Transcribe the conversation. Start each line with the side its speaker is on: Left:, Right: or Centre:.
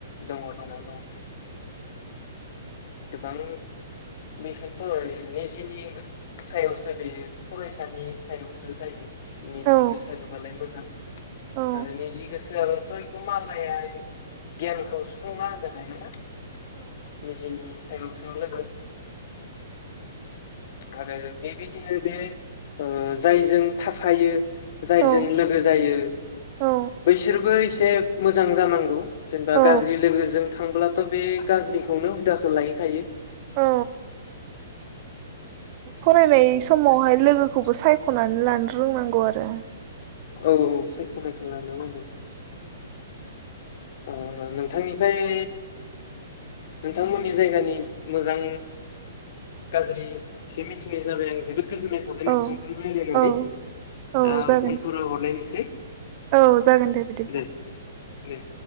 Left: दङ दङ दङ। गोबां बेखोथ' निजिनि सायावसो बे फरायसानि सायावसो जायो। निजि
Right: औ
Left: गोसो होबालाय मोजां
Right: औ
Left: आरो निजि गोसोआ थ इखौ मालाया गियानखौ सुफुंना होनो हायाना निजेनि सायावसो लोगो। आरो बेबायदिनो बे ओ जायजों थाफायो जायजों
Right: औ
Left: लोगो जायो
Right: औ
Left: बैसोरबो एसे मोजां जानांगौ। जेनबा
Right: औ
Left: गाज्रि लोगोजों थांब्लाथ' बे गाज्रिखौनो हुदाखो लाहैखायो।
Right: औ फरायनाय समावहाय लोगोखौबो सायखनानै लानो रोंनांगौ आरो।
Left: औ औ सायखनाय लानो नांगौ अ नोंथांनिफ्राय नोंथांमोननि जायगानि मोजां गाज्रि एसे मिथिनाय जाबाय आं जोबोद गोजोननाय थाबाय
Right: औ
Left: नोंथांजों रायज्लायनानै
Right: औ औ
Left: दा
Right: जागोन
Left: उनफोराव हरलायनोसै
Right: औ जागोन बिदिब्ला
Left: दे दे